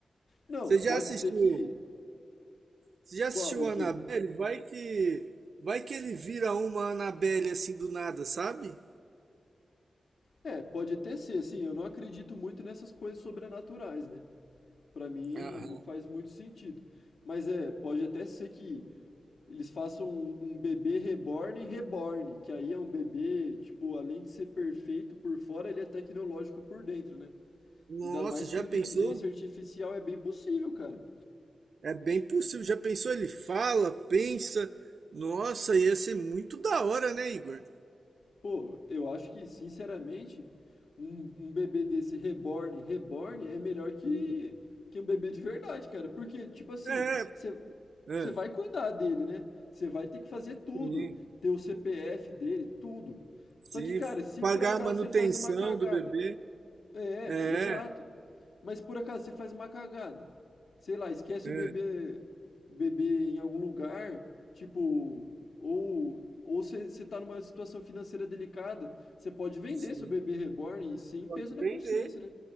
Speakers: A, on the left; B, on the right.
A: Não,
B: Você
A: pode
B: já assistiu?
A: ser que
B: Você já assistiu
A: com o que
B: Annabelle? Vai que, vai que ele vira uma Annabelle assim do nada, sabe?
A: É, pode até ser, assim, eu não acredito muito nessas coisas sobrenaturais, né? Pra mim
B: Aham.
A: não faz muito sentido. Mas é, pode até ser que eles façam um, um bebê reborn reborn, que aí é um bebê, tipo, além de ser perfeito por fora, ele é tecnológico por dentro, né?
B: Nossa,
A: Ainda mais
B: já
A: com
B: pensou?
A: inteligência artificial é bem possível, cara.
B: É bem possível. Já pensou? Ele fala, pensa. Nossa, ia ser muito da hora, né, Igor?
A: Pô, eu acho que, sinceramente, um, um bebê desse reborn, reborn é melhor que,
B: Hum.
A: que um bebê de verdade, cara. Porque, tipo assim,
B: É,
A: você
B: é,
A: vai cuidar dele, né? Você vai ter que fazer tudo,
B: sim,
A: ter o CPF dele, tudo.
B: sim.
A: Só que, cara, se
B: Pagar
A: por acaso
B: a manutenção
A: você faz uma cagada,
B: do bebê.
A: é, é,
B: É,
A: exato. Mas por acaso você faz uma cagada. Sei lá, esquece
B: é,
A: o bebê, bebê em algum lugar, tipo, ou ou você você tá numa situação financeira delicada, você pode vender
B: sim.
A: seu bebê reborn e sem
B: Pode
A: peso na
B: vender.
A: consciência, né?